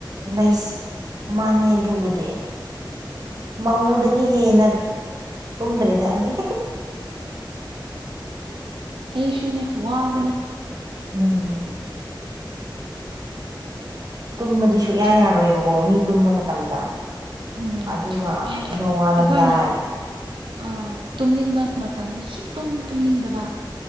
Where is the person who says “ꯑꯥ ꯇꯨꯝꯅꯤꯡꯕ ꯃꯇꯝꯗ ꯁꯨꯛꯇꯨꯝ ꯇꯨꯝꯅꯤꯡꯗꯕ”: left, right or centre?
Right